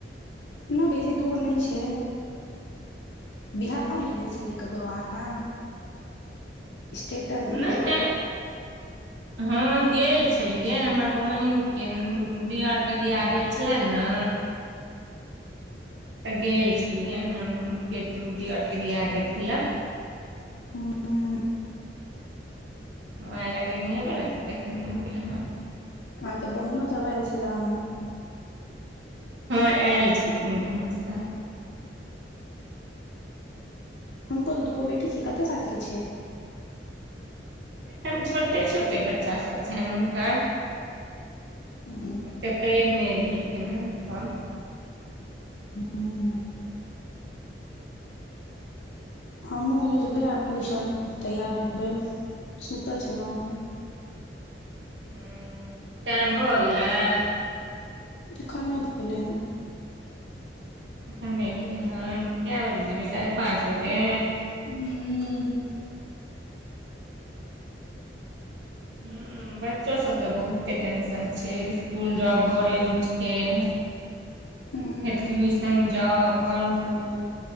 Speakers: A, on the left; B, on the right.
A: नइ बेसी दूर नै छै बिहाहोमे
B: लगेमे
A: गेल छलियै ककरो अहाँ? स्टेटस देखलूं।
B: नहि नहि <inaudible> हँ, गेल छलियै। हमर बहिनके न दिअरके बिआह भेल छलनि ने तऽ गेल छलियै न न हुनके दियरके बियाह देखय लए।
A: हूँ
B: हमरा लगैए नहिए <unintelligible> देखने हेबै अहाँ।
A: अहाँके तऽ बहीनो सभ आयल छलय हन।
B: हँ, आयल छलखिन बहिनसभ।
A: हुनको तऽ दूगो बेटी छै। कतेक सालके छै?
B: एखन छोटे छोटे बच्चासभ छनि हुनकर।
A: हूँ
B: ओतेक पैघ नहि भेलखिन हेँ सभ।
A: हूँ। हमहुँ जेबय आब ट्यूशन, तैयार हेबै। सुतल छलहुँ।
B: ह्म, टाइम भऽ गेलय?
A: एखन नहि भेलै हन।
B: एखन नहि भेलै हन? कए बजे जेबै? साढ़े पाँच बजे?
A: ह्म।
B: ह्म, बच्चो सभकेँ बहुते टेंशन छै। स्कूल जाउ भोरे उठिके फेर
A: हूँ
B: ट्यूशन जाउ, पढ़ू।